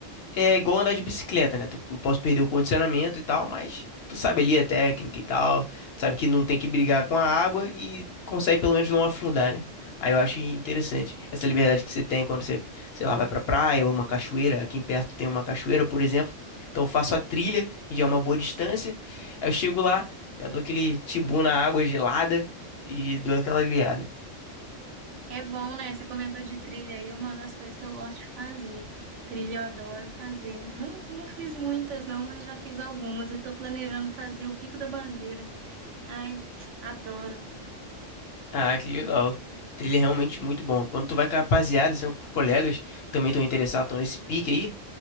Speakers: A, on the left; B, on the right.
A: é igual andar de bicicleta, né? Tu- Eu posso perder o condicionamento e tal, mas tu sabe ali a técnica e tal, tu sabe que não tem que brigar com a água e consegue pelo menos não afundar, né? Aí eu acho interessante essa liberdade que você tem quando você sei lá, vai pra praia ou uma cachoeira. Aqui em perto tem uma cachoeira, por exemplo. Então eu faço a trilha, que já é uma boa distância. Aí eu chego lá, já dou aquele tibu na água gelada e dou aquela viada.
B: É bom, né? Você comentou de trilha aí, é uma das coisas que eu gosto de fazer. Trilha eu adoro fazer. Não, não fiz muitas, não, mas já fiz algumas e tô planejando fazer o Pico da Bandeira. Ai, adoro.
A: Ah, que legal. Trilha é realmente muito bom. Quando tu vai com a rapaziada, são com os colegas que também estão interessados, estão nesse pique aí.